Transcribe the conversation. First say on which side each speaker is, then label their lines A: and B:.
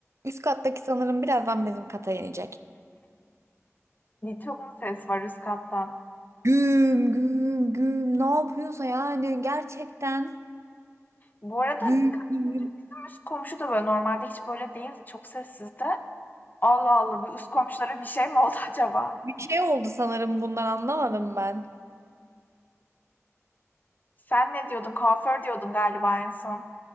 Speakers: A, on the right (about 60°); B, on the left (about 35°).
A: Üst kattaki sanırım birazdan bizim kata inecek.
B: Çok mu ses var üst kattan?
A: Güm güm güm ne yapıyorsa yani gerçekten
B: Bu arada
A: güm
B: birkaç
A: güm
B: gündür
A: güm.
B: bizim üst komşu da böyle normalde hiç böyle değildi. Çok sessizdi. Allah Allah bir üst komşulara bir şey mi oldu <laughs> acaba?
A: Bir şey oldu sanırım bundan anlamadım ben.
B: Sen ne diyordun? Kuaför diyordun galiba en son.